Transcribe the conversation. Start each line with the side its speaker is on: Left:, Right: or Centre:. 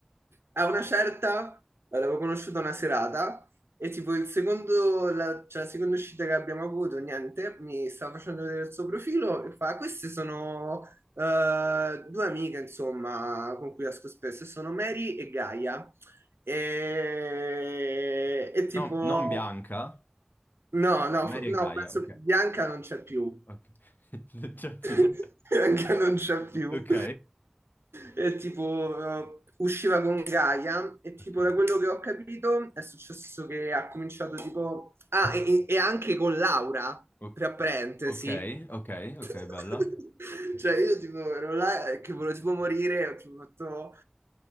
Right: a una certa l'avevo conosciuta una serata e tipo il secondo, la, cioè, la seconda uscita che abbiamo avuto, niente, mi stava facendo vedere il suo profilo e fa, queste sono eh, due amiche, insomma, con cui esco spesso, e sono Mary e Gaia. E, e tipo,
Left: No, non Bianca.
Right: no, no,
Left: No, Mary
Right: f- no,
Left: e Gaia,
Right: penso
Left: ok.
Right: Bianca non c'è più.
Left: Ok. <laughs> Non c'è più.
Right: <laughs> Anche non c'è più.
Left: Ok.
Right: E tipo, eh, usciva con Gaia e tipo
Left: Ok.
Right: da quello che ho capito è successo che ha cominciato tipo... Ah, e, e anche con Laura,
Left: O-
Right: tra parentesi.
Left: ok, ok,
Right: <laughs>
Left: ok, bella.
Right: Cioè io tipo ero là che volevo tipo morire, ho tipo fatto...